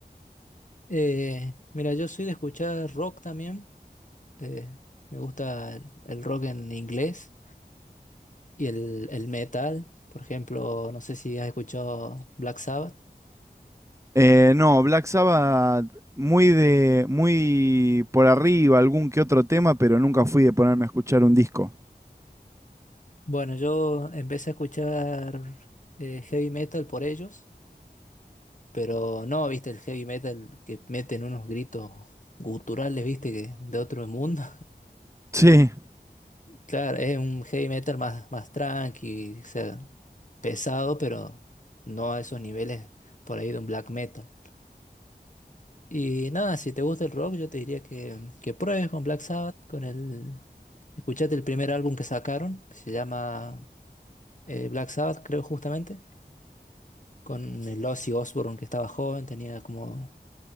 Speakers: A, on the left (about 50°); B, on the right (about 15°).
A: Eh, mira, yo soy de escuchar rock también, eh, me gusta el, el rock en inglés y el, el metal, por ejemplo, no sé si has escuchado Black Sabbath.
B: Eh, no, Black Sabbath muy de muy por arriba, algún que otro tema, pero nunca fui de ponerme a escuchar un disco.
A: Bueno, yo empecé a escuchar eh, heavy metal por ellos, pero no, viste, el heavy metal que meten unos gritos guturales, viste, que de otro mundo.
B: Sí.
A: Claro, es un heavy metal más, más tranqui, o sea, pesado, pero no a esos niveles por ahí de un black metal. Y nada, si te gusta el rock, yo te diría que, que pruebes con Black Sabbath, con el... Escuchate el primer álbum que sacaron, que se llama eh, Black Sabbath, creo justamente, con el Ozzy Osbourne, que estaba joven, tenía como